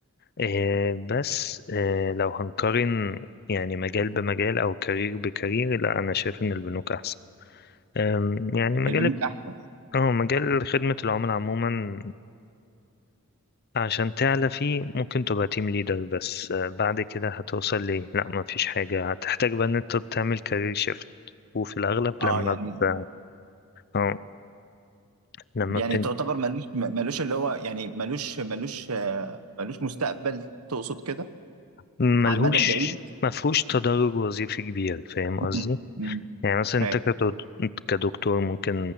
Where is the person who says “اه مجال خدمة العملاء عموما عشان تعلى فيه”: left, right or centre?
Left